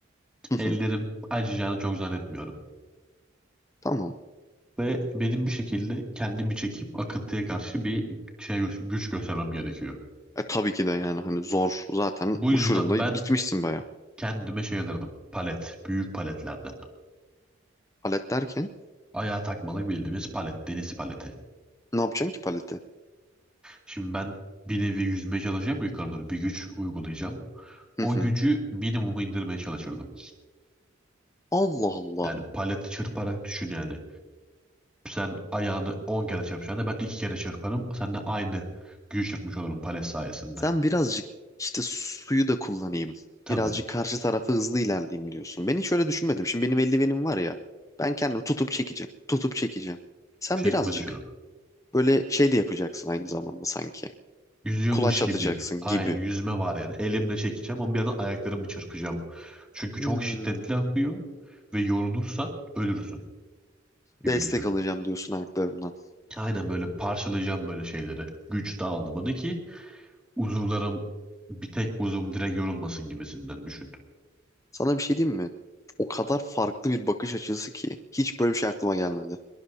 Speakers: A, on the left; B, in the centre.
A: Hı
B: Ellerim
A: hı,
B: acıyacağını çok zannetmiyorum.
A: Tamam.
B: Ve benim bir şekilde kendimi çekip akıntıya karşı bir şey gö- güç göstermem gerekiyor.
A: E tabii ki de yani hani zor. Zaten
B: Bu
A: uçurumda
B: yüzden ben
A: gitmişsin baya.
B: Kendime şey alırdım. Palet. Büyük paletlerden.
A: Palet derken
B: Ayağa takmalık bildiğimiz palet. Deniz paleti.
A: ne yapacaksın ki paleti?
B: Şimdi ben bir nevi yüzmeye çalışacağım yukarı doğru. Bir güç uygulayacağım.
A: Hı
B: O
A: hı.
B: gücü minimuma indirmeye çalışırdım.
A: Allah Allah.
B: Yani paleti çırparak düşün yani. Sen ayağını 10 kere çırpacağına ben 2 kere çırparım. Sen de aynı gücü çırpmış olurum palet sayesinde.
A: Sen birazcık işte suyu da kullanayım.
B: Tabii.
A: Birazcık karşı tarafa hızlı ilerleyeyim diyorsun. Ben hiç öyle düşünmedim. Şimdi benim eldivenim var ya. Ben kendimi tutup çekeceğim. Tutup çekeceğim. Sen
B: Çekme
A: birazcık
B: düşünün.
A: böyle şey de yapacaksın aynı zamanda sanki.
B: Yüzüyormuş
A: kulaç
B: gibi.
A: atacaksın
B: Ay
A: gibi.
B: yüzme var yani. Elimle çekeceğim ama bir yandan ayaklarımı çırpacağım. Çünkü
A: Hmm,
B: çok şiddetli akıyor ve yorulursan ölürsün. gibi
A: destek
B: düşün.
A: alacağım diyorsun ayaklarımdan.
B: Aynen böyle parçalayacağım böyle şeyleri. Güç dağılımını ki uzuvlarım bir tek buzum direkt yorulmasın gibisinden düşün.
A: Sana bir şey diyeyim mi? O kadar farklı bir bakış açısı ki hiç böyle bir şey aklıma gelmedi.